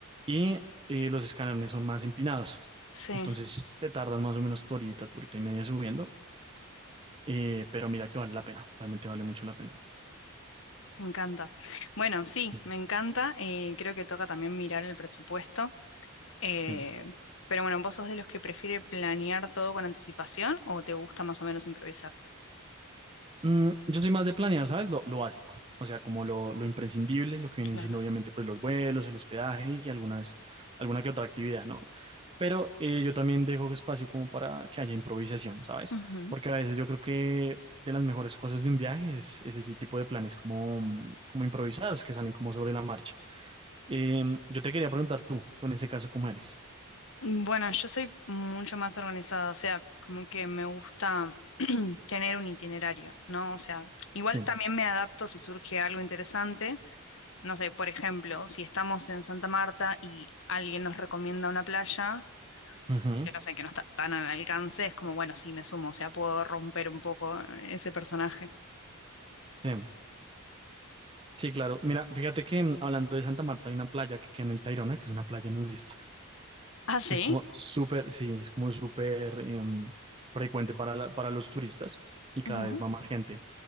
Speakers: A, on the right; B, on the left.
A: y eh, los escalones son más empinados.
B: Sí.
A: Entonces te tardas más o menos tu horita, tu horita y media subiendo, eh, pero mira que vale la pena, realmente vale mucho la pena.
B: Me encanta. Bueno, sí,
A: Sí.
B: me encanta. eh, creo que toca también mirar el presupuesto. eh,
A: Sí.
B: pero bueno, ¿vos sos de los que prefiere planear todo con anticipación o te gusta más o menos improvisar?
A: Mm, yo soy más de planear, ¿sabes? Lo, lo básico, o sea, como lo, lo imprescindible, lo que
B: Claro.
A: vienen siendo obviamente pues los vuelos, el hospedaje y algunas, alguna que otra actividad, ¿no? Pero eh, yo también dejo espacio como para que haya improvisación, ¿sabes?
B: Ujú.
A: Porque a veces yo creo que de las mejores cosas de un viaje es, es ese tipo de planes como, mm, como improvisados que salen como sobre la marcha. Em, yo te quería preguntar tú, tú en ese caso, ¿cómo eres?
B: Bueno, yo soy mucho más organizada, o sea, como que me gusta <clears throat> tener un itinerario, ¿no? O sea, igual
A: Sí.
B: también me adapto si surge algo interesante. No sé, por ejemplo, si estamos en Santa Marta y alguien nos recomienda una playa.
A: Ujú.
B: que no sé, que no está tan al alcance, es como, bueno, sí, me sumo, o sea, puedo romper un poco eh, ese personaje.
A: Sí. Sí, claro. Mira, fíjate que mm, hablando de Santa Marta hay una playa que queda en el Tayrona, que es una playa nudista
B: Ah, sí.
A: Es como súper, sí, es como súper em, frecuente para, la- para los turistas y cada
B: Ujú,
A: vez va más gente.